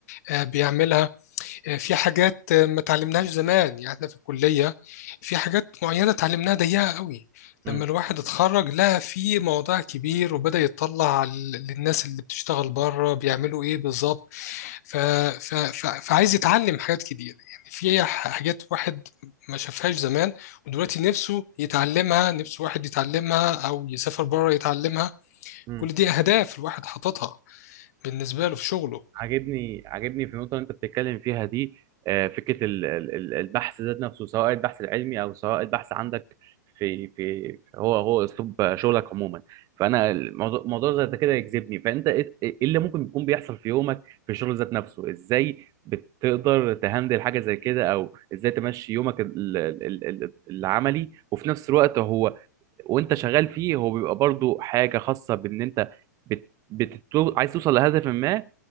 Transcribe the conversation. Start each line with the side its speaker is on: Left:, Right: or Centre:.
Left: آه، بيعملها آه، في حاجات ما اتعلمناهاش زمان يعني احنا في الكلية في حاجات معينة اتعلمناها ضيقة قوي
Right: امم
Left: لما الواحد اتخرج لقى في موضوع كبير وبدأ يطلع ال- للناس اللي بتشتغل بره بيعملوا ايه بالظبط ف... ف... ف... فعايز يتعلم حاجات كتير يعني في ح- حاجات واحد ما شافهاش زمان ودلوقتي نفسه يتعلمها نفسه واحد يتعلمها او يسافر بره يتعلمها
Right: امم
Left: كل دي اهداف الواحد حاططها بالنسبة له في شغله
Right: عاجبني عاجبني في النقطة اللي أنت بتتكلم فيها دي آه، فكرة ال- ال- ال- البحث ذات نفسه سواء البحث العلمي أو سواء البحث عندك في في هو هو أسلوب شغلك عموما فأنا الموضوع موضوع زي ده كده يجذبني فأنت إيه إيه إيه اللي ممكن يكون بيحصل في يومك في الشغل ذات نفسه إزاي بتقدر تهندل حاجة زي كده أو إزاي تمشي يومك ال- ال- ال- ال- العملي وفي نفس الوقت هو وانت شغال فيه هو بيبقى برضو حاجه خاصه بان انت بت... بتتو... عايز توصل لهدف ما